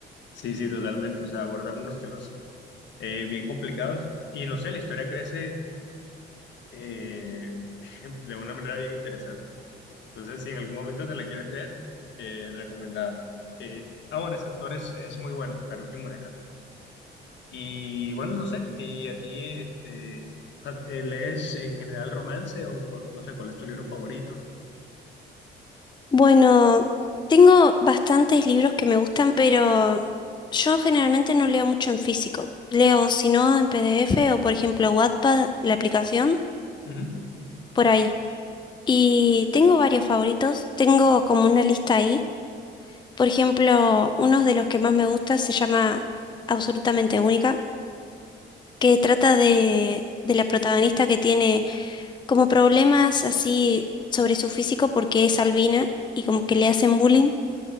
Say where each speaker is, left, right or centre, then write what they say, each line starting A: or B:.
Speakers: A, on the left; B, on the left.
A: sí, sí, totalmente, o sea, abordan unos temas eh, bien complicados y no sé, la historia crece eh, <laughs> de una manera bien interesante. Entonces, si en algún momento te la quieres leer, eh, recomendada. Eh, ah, bueno, ese autor es, es muy bueno, Haruki Murakami. Y bueno, no sé, y a ti este, a- eh, lees en general romance o cu- no sé, cuál es tu libro favorito?
B: Bueno, tengo bastantes libros que me gustan, pero yo generalmente no leo mucho en físico. Leo, si no, en PDF o, por ejemplo, Wattpad, la aplicación,
A: Ujú.
B: por ahí. Y tengo varios favoritos. Tengo como una lista ahí. Por ejemplo, uno de los que más me gusta se llama Absolutamente Única, que trata de, de la protagonista que tiene como problemas así sobre su físico porque es albina y como que le hacen bullying.